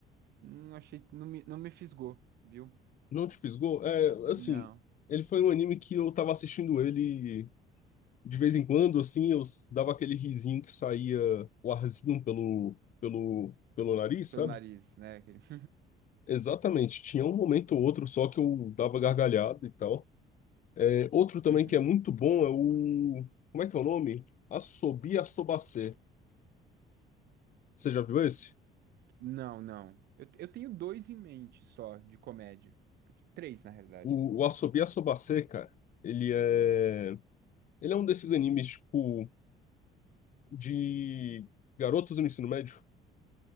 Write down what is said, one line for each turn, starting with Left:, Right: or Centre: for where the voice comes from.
Right: não achei, não me, não me fisgou, viu?
Left: Não te fisgou? É, assim,
Right: Não,
Left: ele foi um anime que eu tava assistindo ele de vez em quando, assim, eu s- dava aquele risinho que saía o arzinho pelo, pelo, pelo nariz,
Right: pelo
Left: sabe?
Right: nariz, né? aquele <laughs>
Left: Exatamente, tinha um momento ou outro só que eu dava gargalhada e tal. É, outro também
Right: uhum.
Left: que é muito bom é o. Como é que é o nome? Assobi Assobacê. Você já viu esse?
Right: Não, não. Eu, eu tenho dois em mente só de comédia. Três, na realidade.
Left: O, o Assobi Assobacê, cara, ele é. Ele é um desses animes, tipo, de garotas no ensino médio,